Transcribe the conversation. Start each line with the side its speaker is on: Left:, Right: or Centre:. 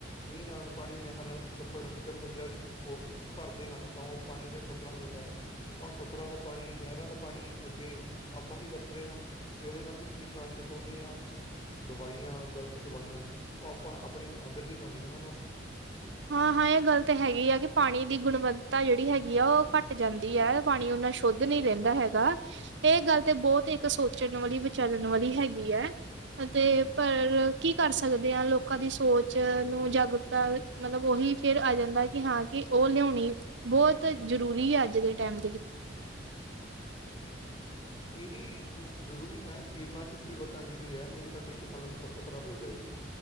Left: ਮੀਂਅ ਨਾਲ, ਪਾਨੀ ਨਹਿਰ ਨਾਲ ਛੱਪੜ, ਚੱਪੜ ਜਾਂ ਜ ਓ ਭਰਦੇ ਹਨ ਤਾਂ ਓ ਪਾਨੀ ਜੜ ਛੱਪੜਾਂ 'ਚ ਜੰਦਾ ਹੈ ਤਾਂ ਓ ਛੱਪੜਾਂ ਦਾ ਪਾਨੀ, ਨੈਹਰਾਂ ਦਾ ਪਾਨੀ ਅੱਗੇ ਆਪਾਂ ਹੀ ਵਰਤਦੇ ਹਾਂ। ਤੇ ਓਦੇ ਨਾਲ ਵੀ ਕੀਟਨਾਸ਼ਕ ਓਨੀ ਆ ਦਵਾਈਆਂ, ਗਲਤ ਦਵਾਈਆਂ ਓ ਆਪਾਂ ਆਪਨੇ ਅੰਦਰ ਹੀ ਜਾਂਦੀਆਂ ਹਨ, ਓਹ।
Right: ਹਾਂ-ਹਾਂ, ਏ ਗੱਲ ਤੇ ਹੈਗੀ ਆ ਕਿ ਪਾਣੀ ਦੀ ਗੁਣਵੱਤਾ ਜੜੀ ਹੈਗੀ ਆ ਓ ਘੱਟ ਜਾਂਦੀ ਐ। ਪਾਣੀ ਓਨਾ ਸ਼ੌਧ ਨੀ ਰੈਂਦਾ ਹੈਗਾ। ਏ ਗੱਲ ਤੇ ਬੋਤ ਏੱਕ ਸੋਚਣ ਵਾਲੀ, ਵਿਚਰਨ ਵਾਲੀ ਹੈਗੀ ਐ। ਤੇ ਪਰ ਕੀ ਕਰ ਸਕਦੇ ਆਂ, ਲੋਕਾਂ ਦੀ ਸੋਚ ਨੂੰ ਜਾਗਰੂਕਤਾ ਮਤਲਬ ਓਹੀ ਫੇਰ ਆ ਜਾਂਦੈ ਕਿ ਹਾਂ ਕਿ ਓ ਲਿਔਣੀ ਬੋਤ ਜਰੂਰੀ ਐ, ਅੱਜ ਦੇ ਟੈਮ ਦੇ ਵਿੱਚ।
Left: ਏ ਵੀ ਜਰੂਰੀ ਹੈ, ਕੀਟਨਾਸ਼ਕ ਵੀ ਵਤੈ ਜ਼ਰੂਰੀ ਹੈ, ਨਈ ਤਾਂ ਫਿਰ ਏ ਕਿਸਾਨਾਂ ਦੀ ਫ਼ਸਲ ਖਰਾਬ ਹੋ ਜਾਏਗੀ।